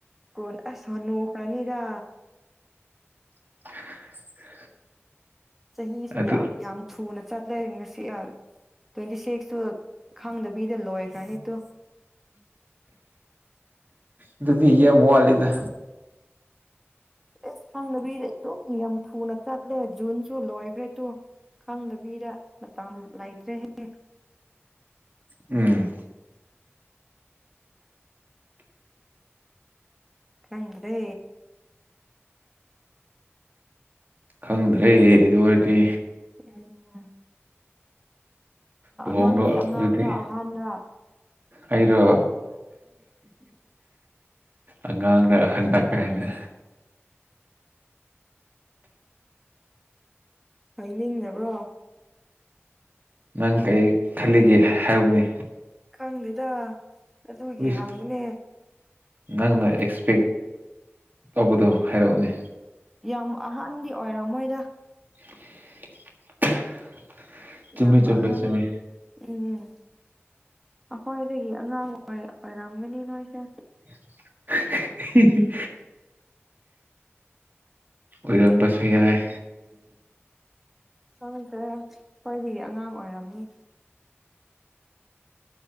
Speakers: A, in the centre; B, on the right.
A: ꯀꯣꯟ ꯑꯁꯅꯨꯈ꯭ꯔꯅꯤꯗ
B: <unintelligible>
A: ꯆꯍꯤꯁꯨ
B: ꯑꯗꯨ
A: ꯌꯥꯝ ꯌꯥꯝ ꯊꯨꯅ ꯆꯠ ꯂꯩ ꯉꯁꯤ ꯇ꯭ꯋꯦꯟꯇꯤ ꯁꯤꯛꯁꯇꯨ ꯈꯪꯗꯕꯤꯗ ꯂꯣꯏꯈ꯭ꯔꯅꯤꯠꯇꯣ
B: ꯑꯗꯨꯗꯤ ꯌꯦ ꯃꯋꯥꯂꯤꯗ
A: ꯑꯦꯁ ꯐꯪꯗꯕꯤꯗ ꯑꯗꯨꯝ ꯌꯥꯝ ꯊꯨꯅ ꯆꯠꯂꯦ ꯖꯨꯟꯁꯨ ꯂꯣꯏꯈ꯭ꯔꯦ ꯇꯣ ꯈꯪꯗꯕꯤꯔ ꯃꯇꯝ ꯂꯩꯇ꯭ꯔꯦꯍꯦ
B: ꯎꯝ
A: ꯆꯗ꯭ꯔꯦ
B: ꯈꯪꯗ꯭ꯔꯦ ꯑꯗꯨ ꯑꯗꯨ ꯑꯣꯏꯔꯗꯤ
A: ꯑꯣꯝ
B: ꯂꯨꯍꯣꯡꯗꯣ
A: ꯅꯪꯗꯤ ꯑꯉꯥꯡꯔꯥ
B: ꯑꯗꯨꯗꯤ
A: ꯑꯍꯥꯟꯕꯔꯥ
B: ꯑꯩꯔꯣ ꯑꯉꯥꯡꯅꯍꯟꯗꯛ ꯀꯥꯏꯅ
A: ꯑꯩ ꯅꯤꯡꯕ꯭ꯔꯣ
B: ꯅꯪ ꯀꯔꯤ ꯈꯜꯂꯤꯒꯦ ꯍꯥꯏꯕꯅꯤ
A: ꯈꯪꯗꯦꯗ ꯑꯗꯨꯒꯤ
B: ꯎꯏꯁ
A: ꯍꯥꯡꯕꯅꯦ
B: ꯅꯪꯅ ꯑꯦꯛꯁꯄꯦꯛ ꯇꯧꯕꯗꯣ ꯍꯥꯏꯔꯛꯎꯅꯦ
A: ꯌꯥꯝ ꯑꯍꯟꯗꯤ ꯑꯣꯏꯔꯝꯃꯣꯏꯗ
B: <inaudible> ꯆꯨꯝꯃꯤ
A: ꯌꯥꯝ
B: ꯆꯨꯝꯃꯤ
A: ꯑꯍꯥꯟ
B: ꯆꯨꯝꯃꯤ
A: ꯎꯝ ꯑꯩꯈꯣꯏ ꯑꯩꯗꯒꯤ ꯑꯉꯥꯡꯉꯥꯏ ꯑꯣꯏꯔꯝꯒꯅꯤ ꯅꯣꯏꯁꯦ
B: <unintelligible> ꯎꯔꯝꯕꯁꯨꯌꯥꯦ
A: ꯎꯪ ꯀꯔ ꯈ꯭ꯋꯥꯏꯗꯒꯤ ꯑꯉꯥꯡ ꯑꯣꯏꯔꯝꯅꯤ